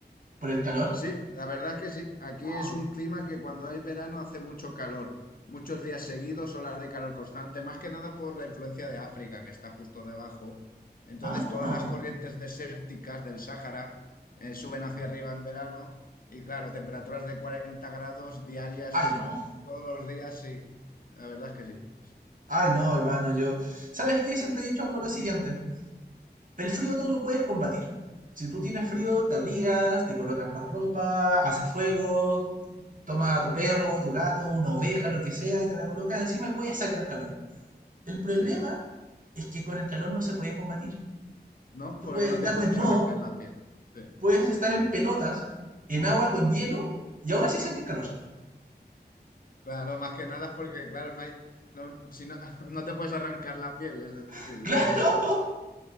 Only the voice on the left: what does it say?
Sí, la verdad es que sí. Aquí
es un clima que cuando hay verano hace mucho calor, muchos días seguidos, olas de calor constante, más que nada por la influencia de África, que está justo debajo. Entonces,
todas las corrientes desérticas del Sáhara eh, suben hacia arriba en verano y, claro, temperaturas de 40 grados diarias
todos los días, sí. La verdad es que sí.
Sí.
¿No?
Porque
no
te puedes
arrancar la piel. Sí,
sí.
Claro, más que nada porque, claro, no hay, no, si no, <laughs> no te puedes arrancar la piel, es
decir, entonces,